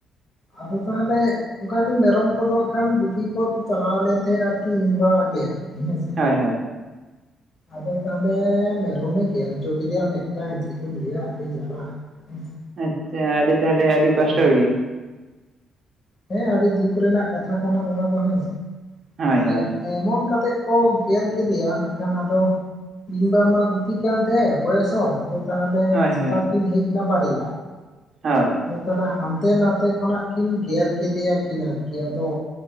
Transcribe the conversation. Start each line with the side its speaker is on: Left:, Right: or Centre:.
Left: ᱟᱫᱚ ᱛᱟᱦᱚᱞᱮ ᱚᱱᱠᱟ ᱜᱮ ᱢᱮᱨᱚᱢ ᱠᱚᱫᱚ ᱦᱟᱸᱜ ᱠᱷᱟᱱ ᱜᱩᱯᱤ ᱠᱚ ᱪᱟᱞᱟᱣ ᱞᱮᱱ ᱛᱟᱦᱮᱸᱫ ᱟᱨᱠᱤ ᱤᱧ ᱵᱟ ᱜᱮ ᱟᱨᱠᱤ ᱦᱮᱸᱥᱮ ᱾
Right: ᱦᱳᱭ ᱦᱳᱭ ᱾
Left: ᱟᱫᱚ ᱛᱟᱦᱚᱞᱮ ᱢᱮᱨᱚᱢᱮ ᱜᱮᱨ ᱦᱚᱪᱚ ᱠᱮᱫᱮᱭᱟ ᱢᱤᱫᱴᱟᱝ ᱪᱮᱫ ᱮᱢ ᱞᱟᱹᱭᱟ ᱟᱹᱰᱤ ᱡᱟᱞᱟ! <unintelligible>
Right: ᱟᱪᱪᱷᱟ ᱟᱹᱰᱤ ᱛᱟᱦᱚᱞᱮ ᱟᱹᱰᱤ
Left: ᱟᱫᱚ
Right: ᱠᱚᱥᱴᱚ ᱜᱮ ᱾
Left: ᱦᱮᱸ ᱟᱹᱰᱤ ᱫᱩᱠ ᱨᱮᱱᱟᱜ ᱠᱟᱛᱷᱟ ᱠᱟᱱᱟ ᱱᱚᱣᱟ ᱫᱚ ᱦᱮᱸᱥᱮ
Right: ᱦᱳᱭ
Left: ᱡᱮ
Right: ᱦᱳᱭ
Left: ᱮᱢᱚᱱ ᱠᱟᱛᱮᱜ ᱠᱚ ᱜᱮᱨ ᱠᱮᱫᱮᱭᱟ ᱱᱟᱜ ᱠᱷᱟᱱ ᱟᱫᱚ ᱤᱧ ᱵᱟ ᱢᱟ ᱜᱩᱯᱤ ᱠᱟᱱ ᱛᱟᱦᱮᱸ, ᱵᱚᱭᱮᱥ ᱦᱚᱲ ᱟᱫᱚ ᱛᱟᱦᱚᱞᱮ
Right: ᱦᱳᱭ
Left: ᱥᱮᱛᱟ
Right: ᱦᱳᱭ
Left: ᱠᱤᱱ ᱦᱮᱡ ᱮᱱᱟ ᱵᱟᱨᱭᱟ ᱾
Right: ᱦᱳᱭ ᱾
Left: ᱟᱫᱚ ᱛᱟᱦᱚᱞᱮ ᱦᱟᱱᱛᱮ ᱱᱟᱛᱮ ᱠᱷᱚᱱᱟᱜ ᱠᱤᱱ ᱜᱮᱨ ᱠᱮᱫᱮᱭᱟ ᱠᱤᱱ ᱟᱨᱠᱤ ᱟᱫᱚ